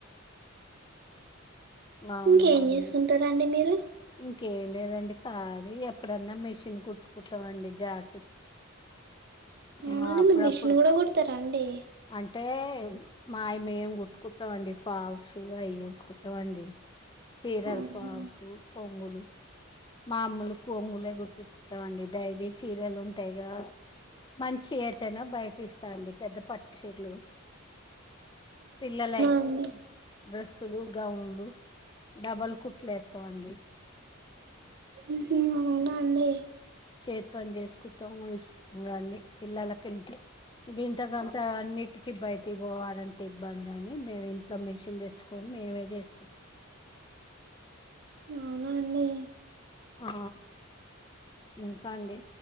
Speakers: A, on the left; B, on the right.
A: మ్ అవునా
B: ఇంకేం
A: అండి
B: చేస్తుంటారండి మీరు
A: ఇంకేం లేదండి కాలి ఎప్పుడన్నా మిషిన్ కుట్టుకుంటమండి జాకిట్
B: అవునండి
A: ఆ అప్పుడప్పుడు.
B: మీరు మిషన్ కూడా కుడతారా అండి
A: అంటే మాయి మేము కుట్టుకుంటమండి. ఫాల్స్ అవి కుట్టుకుంటమండి. చీరల్
B: అవునా
A: ఫాల్స్ కొంగులు మామూలు కొంగులే గుట్టించు కుంటం అండి డైలీ చీరలుంటైగా మంచి ఐతేనే బయటిస్తా అండి పెద్ద పట్టుచీర్లు పిల్లలై
B: అండి
A: డ్రెస్ లు గౌన్లు డబల్ కుట్లేస్తాం అండి.
B: మ్ హూ అవునా అండి
A: చేతి పని చేసుకుంటాము అండి పిల్లల కంటే ఇది ఇంతకంత అన్నిటికి బయటి పోవాలంటే ఇబ్బంది అని మేము ఇంట్లో మిషన్ తెచ్చుకొని మేమే చేసుకుంటాం
B: అవునా అండి
A: ఆ ఇంకా అండి